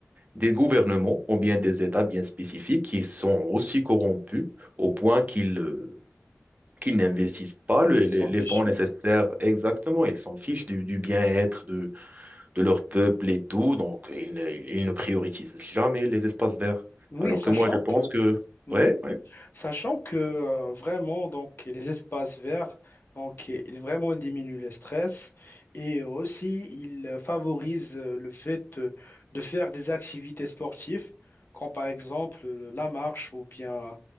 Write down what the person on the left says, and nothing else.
Ils s'en
fichent,
oui.
Oui,
sachant
que,
oui,
sachant que euh, vraiment, donc, les espaces verts, donc, ils- vraiment, ils diminuent le stress et aussi, ils euh, favorisent euh, le fait euh, de faire des activités sportives, comme par exemple euh, la marche ou bien